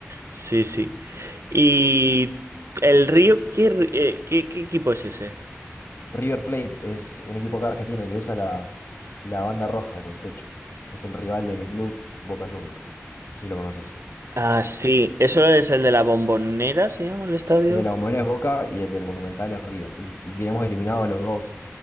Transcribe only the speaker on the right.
Sí, sí.
¿Y el Río, qué, ri- eh, qué, qué equipo es ese?
Ah, sí, eso es el de la Bombonera, se llama el estadio.